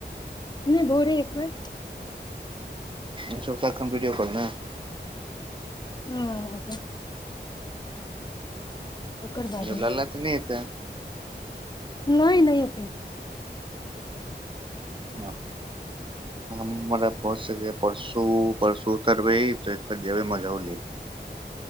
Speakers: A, on the left; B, on the right.
A: नहि भोरे एक बेर
B: इस वीडियो कॉल ने
A: हँ ओकर बाद
B: लला तऽ नहि एतै
A: नहि नहि एतै
B: ओ हमरा पहुच स परसू परसू उतरबै तऽ एकर जेबै मझौली